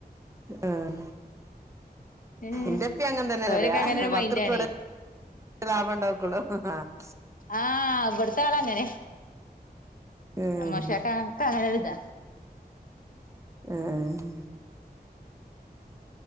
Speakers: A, on the right (about 15°); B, on the left (about 55°).
A: ഏഹ്.
B: ഏഹ്
A: ന്റെ പ്പീംഅങ്ങന തന്നെ
B: ഓരൊക്കെ
A: പറയാ.
B: അങ്ങനെ ഒരു മൈൻഡാണേ
A: പത്ത്രപ്പ്യടെ ലാബണ്ടോക്കുള്ളു. ആഹ്
B: ആഹ് ബടുത്താളങ്ങനെ.
A: ഏഹ്
B: അമ്മോശക്ക. ക്കതൊക്കെ ഒരിത.
A: ഏഹ്